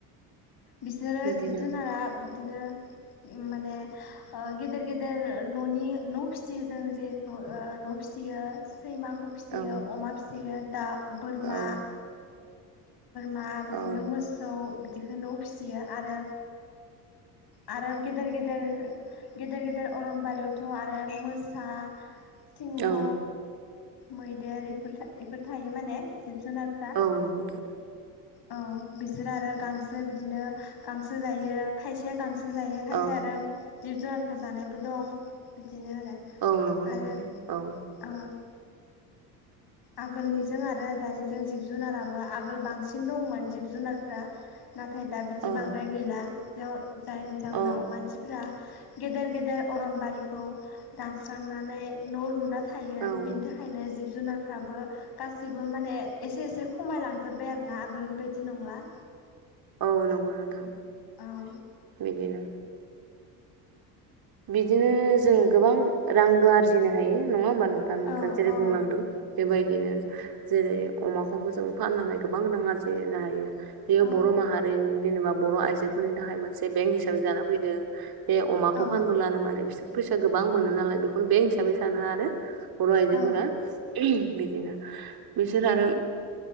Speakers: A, on the left; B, on the right.
A: बिसोरो
B: बिदिनो
A: जिब जुनारा बिदिनो माने गेदेर गेदेर न'नि न' फिसियो जों जेखौ न' सियास <unintelligible> सैमाखौ फिसियो
B: औ
A: अमा फिसियो दा बोरमा
B: औ
A: ना बिदिनो
B: औ
A: मोसौ बि न फिसियो आरो आरो गेदेेर गेदर गेदेर गेदेर अरनबारियावथ' आरो मोसा सिंह
B: औ
A: मैदेरफोर बेफोर थायो माने जिब जुनारफ्रा
B: औ नंगौ नोंथां
A: औ बिसोरो आरो गांसो बिदिनो गांसो जायो खायसेया गांसो जायो खायसे
B: औ
A: आरो जिब जुनारखौ जानायबो दं बि बिदिनो आरो
B: औ नंगौ नोंथां
A: आरो
B: औ
A: औ आगोलनि जों आरो दानिजों जिब जुनाराबो आगोल बांसिन दंमोन जिब जुनारफ्रा नाथाय दा बिदि
B: औ
A: बांद्राय गैला जायनि जाउनाव
B: औ
A: मानसिफ्रा गेदेर गेदेर अरनबारिखौ दानस्रांनानै न' लुनानै थायो
B: औ
A: बेनि थाखायनो जिब जुनार फ्राबो गासिबो माने एसे एसे खमायलांजोब्बाय आरो ना आगोलनि बायदि नंला <inaudible>
B: औ नंगौ नोंथां
A: औ
B: बिदिनो बिदिनो जों गोबां रांबो आरजिनो हायो नङा होनबा दा नोंथाया
A: औ
B: जेरै
A: औ
B: बुंलांदों बेबायदिनो जेरै अमाखौबो जों फाननानै गोबां रां आरजिनो हायो बेयो
A: औ
B: बर' माहारिनि जेनेबा बर' आइजोफोरनि थाखाय मोनसे बेंक हिसाबै जानो फैदों बे अमाखौ
A: औ
B: फानबो लानो माने बिसोर फैसा गोबां मोनो नालाय बेखौ बेंक हिसाबै सानो आरो बर' आयजोफोरा
A: औ
B: बिदिनो बिसोर आरो